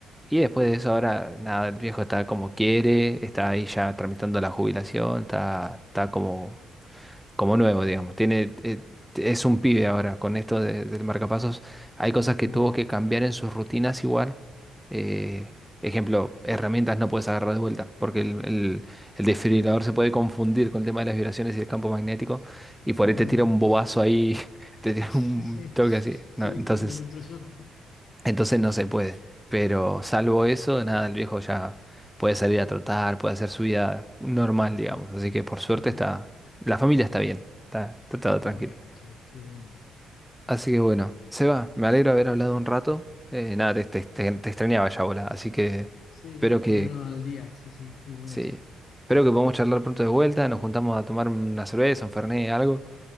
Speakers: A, in the centre; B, on the left.
A: Y después de eso ahora, nada, el viejo está como quiere, está ahí ya tramitando la jubilación, está, está como como nuevo, digamos. Tiene, eh, es un pibe ahora con esto de- del marcapasos. Hay cosas
B: Mira
A: que
B: qué bueno.
A: tuvo que cambiar en sus rutinas igual. Eh, ejemplo, herramientas no puedes agarrar de vuelta porque el, el- el desfibrilador se puede confundir con el tema de las vibraciones y el campo magnético y por ahí
B: Ah,
A: te tira
B: mira.
A: un
B: <laughs>
A: bobazo ahí, <laughs> te tira
B: Sí,
A: un toque así. No,
B: sí,
A: entonces...
B: un electroshock.
A: Entonces no se puede. Pero salvo eso, nada, el viejo ya puede salir a trotar, puede hacer su vida normal, digamos.
B: no
A: Así que por suerte
B: Ajá,
A: está, la familia está bien, está, está todo
B: qué
A: tranquilo.
B: bueno, che, qué bueno.
A: Así que bueno, Seba, me alegro de haber hablado un rato. Eh, nada, te, te- te- te extrañaba ya, bola. Así que
B: Sí,
A: espero que,
B: ponernos al día, sí, sí, estuvo bueno,
A: sí,
B: che.
A: espero que podamos charlar pronto de vuelta. Nos juntamos a tomar una cerveza, un fernet, algo.